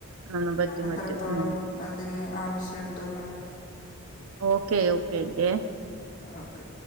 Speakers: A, on the right; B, on the left.
A: ആന്ന് പറ്റും
B: എത്രത്തോളം
A: പറ്റും ഉം
B: അതിന് ആവശ്യണ്ട്ന്ന്ള്ളത്
A: ഓക്കേ ഓക്കേ ക്കെ
B: ഓക്കെ